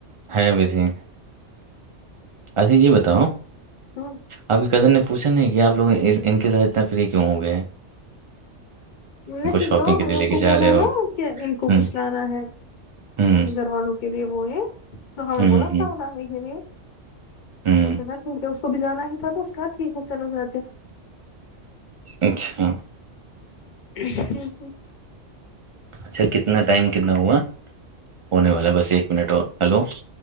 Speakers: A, on the right; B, on the left.
A: ہیاں بھی تھی اچھا جی بتاؤ
B: ہمم
A: آپ کی کزن نے پوچھا نہیں کہ آپ لوگ ان کے ساتھ اتنا فری کیوں ہو گئے ہیں
B: نہیں
A: شاپنگ
B: تو
A: کے
B: ہم
A: لیے لے
B: ان
A: کے
B: کو
A: جا
B: بولا
A: رہے ہو
B: نا کہ ان کو
A: ہوں
B: کچھ لانا ہے
A: ہوں
B: گھر والانوں کے لیے وہ ہے تو ہمیں
A: ہوں
B: بولا
A: ہوں
B: ساتھ آنے کے
A: ہوں
B: اسے کہ کیونکہ اس کو بھی جانا ہی تھا تو اس کہ ٹھیک ہے چلو جاتے
A: اچھا
B: <unintelligible>
A: اچھا کتنا ٹائم کتنا ہوا ہونے والا بس ایک منٹ اور ہلو